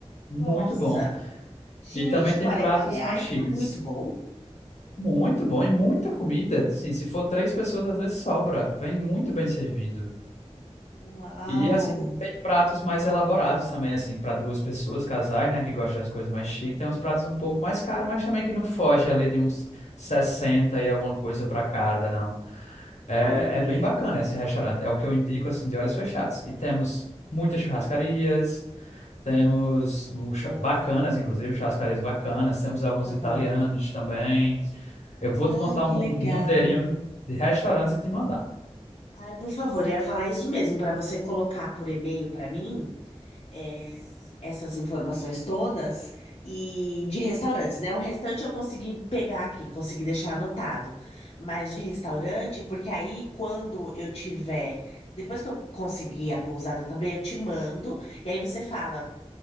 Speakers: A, on the left; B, on the left.
A: Muito
B: Nossa,
A: bom.
B: gente,
A: E também tem
B: 40
A: pratos
B: reais
A: mais chiques.
B: tá muito bom.
A: Muito bom e muita comida. Assim, se for três pessoas, às vezes sobra. Vem muito bem servido.
B: Uau,
A: E assim, tem pratos mais elaborados também, assim, para duas pessoas, casais, né, que gostam das coisas mais chiques. Tem uns pratos um pouco mais caros, mas também que não foge ali de uns 60 e alguma coisa para cada, não. É,
B: entendi.
A: é bem bacana esse restaurante. É o que eu indico assim de olhos fechados. E temos muitas churrascarias,
B: Ah,
A: temos o chu-
B: boa.
A: bacanas, inclusive, churrascarias bacanas, temos alguns
B: Aham.
A: italianos também. Eu vou
B: Ah,
A: te montar
B: que
A: um,
B: legal.
A: um roteirinho de restaurantes e te mandar.
B: Ai, por favor, eu ia falar isso mesmo, para você colocar por e-mail para mim é, essas informações todas e de restaurantes, né? O restante eu consegui pegar aqui, consegui deixar anotado, mas de restaurante, porque aí quando eu tiver, depois que eu conseguir a pousada também, eu te mando e aí você fala